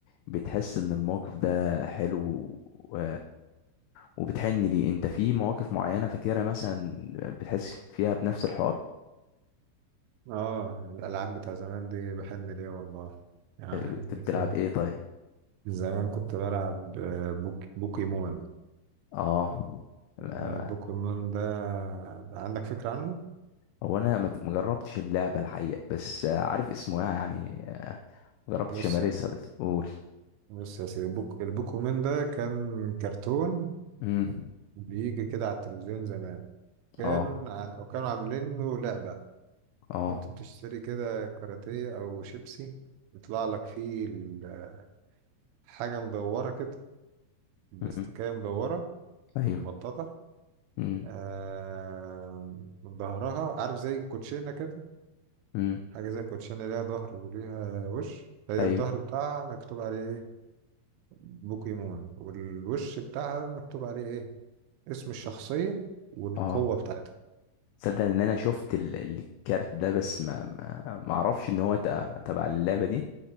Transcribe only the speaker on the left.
بتحس ان الموقف ده حلو و... وبتحن ليه انت في مواقف معينة فاكرها مثلا بتحس فيها بنفس الحوار
انت بتلعب
ايه طيب
اه ما-
هو انا ما ما جربتش اللعبة الحقيقة بس عارف اسمها يعني آه، ما جربتش
امارسها
بس قول
امم
اه
اه
امم
ايوه
امم
امم
ايوه
اه
تصدق ان انا شفت ال- الكارت ده بس ما ما ما اعرفش ان هو تع- تبع اللعبة دي